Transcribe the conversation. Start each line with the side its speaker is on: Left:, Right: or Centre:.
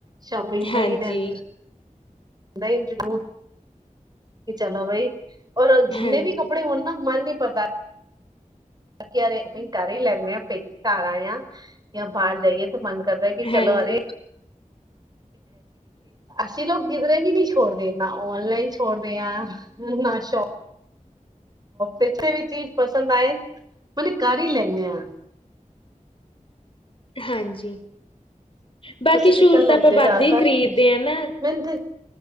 Right: ਸ਼ੋਪਿੰਗ
Left: ਹਾਂਜੀ,
Right: ਦਾ ਹੀ ਰਹਿੰ ਦਾ ਹੀ ਨੂੰ ਜ਼ਰੂਰ ਚਲੋ ਬਈ ਔਰ ਜਿੰਨੇ
Left: ਹਾਂਜੀ,
Right: ਵੀ ਕੱਪੜੇ ਹੋਣ ਨਾ ਮਨ ਨੀ ਪਰਦਾ। ਯ ਆਪ ਕਰ ਹੀ ਲੈਂਣੇ ਹਾਂ ਪੇਕੇ ਘਾਰ ਆਏ ਆ ਜਾਂ ਬਾਹਰ ਜਾਈਏ ਤੇ ਮਨ ਕਰਦਾ ਕਿ ਚਲੋ
Left: ਹੈਨੀ
Right: ਅਰੇ ਅਸੀਂ ਲੋਕ ਕਿਧਰੇ ਵੀ ਨਹੀਂ ਛੋੜਦੇ ਨਾ ਔਨਲਾਈਨ ਛੋੜ ਰਹੇ ਆ ਹੁਣ‌ ਨਾ ਸ਼ ਕਿੱਥੇ ਵੀ ਚੀਜ਼ ਪਸੰਦ ਆਏ ਮਤ ਕਰ ਹੀ ਲੈਂਣੇ ਹਾਂ।
Left: ਹਾਂਜੀ, ਬਾਕੀ
Right: ਤੁਸੀਂ
Left: ਸੂਟ
Right: ਕੀ ਕਰ ਲੈਂਦੇ
Left: ਤਾਂ ਆਪਾਂ
Right: ਹੋ ਜ਼ਿਆਦਾਤਰ
Left: ਵੱਧ ਹੀ ਖ਼ਰੀਦਦੇ ਆ ਨਾ।
Right: ਮੈਨੂੰ ਤੇ